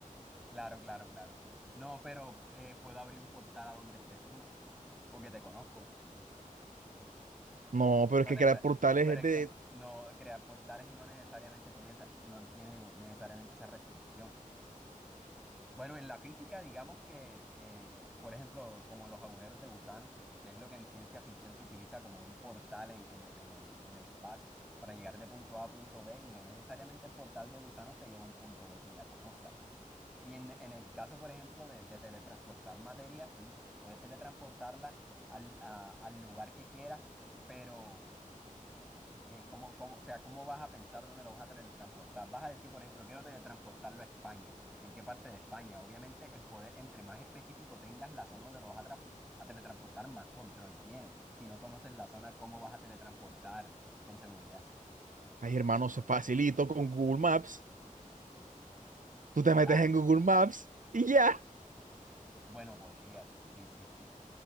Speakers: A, in the centre; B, on the right.
A: claro, claro, claro. No, pero eh, puedo abrir un portal a donde estés tú, porque te conozco.
B: No, pero
A: No
B: es que
A: neces-
B: crear portales
A: pero
B: es
A: es
B: de.
A: que no, crear portales no necesariamente tiene esa- no tiene necesariamente esa restricción. Bueno, en la física, digamos que, eh, por ejemplo, como los agujeros de gusano, que es lo que en ciencia ficción se utiliza como un portal en, en el, en el- en el espacio para llegar de punto A a punto B, y no necesariamente el portal de gusanos te lleva a un punto B que ya conozcas. Y en, en el caso, por ejemplo, de, de teletransportar materia, sí, puedes teletransportarla al, a- al lugar que quieras, pero eh, ¿cómo, cómo- o sea, ¿cómo vas a pensar dónde lo vas a teletransportar? Vas a decir, por ejemplo, quiero teletransportarlo a España. ¿En qué parte de España? Obviamente, el poder, entre más específico tengas la zona donde lo vas a, tra- a teletransportar, más control tiene Si no conoces la zona, ¿cómo vas a teletransportar con seguridad?
B: Ay, hermano, se facilito con Google Maps. Tú te
A: ¿Será?
B: metes en Google Maps y ya. <laughs>
A: Bueno, podrías. Sí, sí, sí.